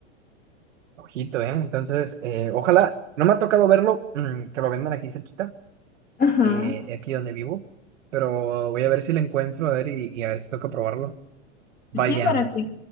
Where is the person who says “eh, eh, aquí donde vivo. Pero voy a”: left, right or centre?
Right